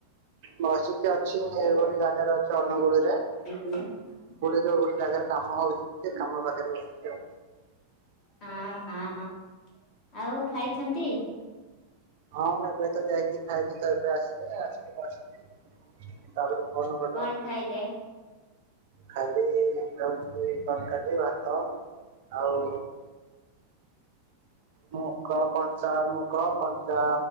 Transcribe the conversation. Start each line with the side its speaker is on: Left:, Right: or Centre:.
Right: ବସିକି ଅଛି ଏ ଗୋଟେ ଜାଗାରେ ଅଛି ଅନୁଗୁଳୁରେ।
Left: ହ
Right: ଯୋଉ ଗୋଟେ ଜାଗାରେ କାମ ହଉଛି ସେ କାମ ପାଖରେ ବସିଛି ଆଉ
Left: ହଁ ହଁ ହ ଆଉ ଖାଇଛନ୍ତି?
Right: ହଁ ଏବେ ତ ଯାଇକି ଖାଇଦୁ ତ ଏବେ ଆସିଲେ ଆସିକି ବସି ତାପରେ କନ କରିଲ?
Left: କଣ ଖାଇଲେ?
Right: ଖାଲି ରହୁଛି ତରକାରୀ ଭାତ ଆଉ ମୁଖ କଞ୍ଚା ମୁଖ କଞ୍ଚା